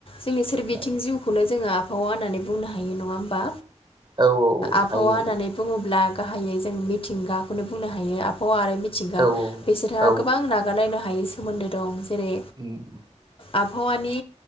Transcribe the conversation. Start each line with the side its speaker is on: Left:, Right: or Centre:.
Left: जोंनि सोरबिथिं
Right: औ
Left: जिउखौनो जोङो आबहावा होननानै बुंनो हायो नङा होमबा
Right: औ
Left: आबहावा
Right: हायो
Left: होननानै बुङोब्ला गाहायै जों मिथिंगाखौनो बुंनो हायो आबहावा आरो मिथिंगा
Right: हायो औ
Left: बिसोरहा
Right: औ
Left: गोबां नागारनायनो हायै सोमोन्दो दं जेरै
Right: उम
Left: आबहावानि